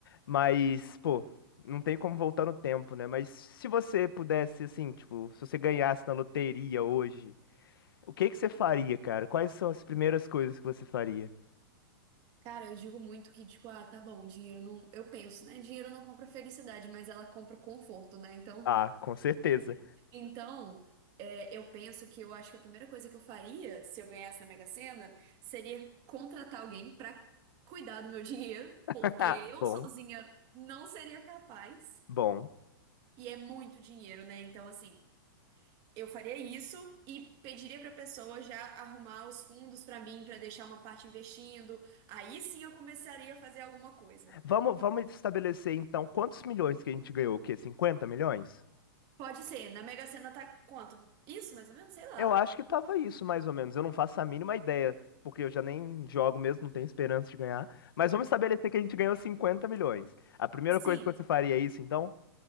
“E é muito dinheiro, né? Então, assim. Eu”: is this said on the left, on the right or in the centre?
Right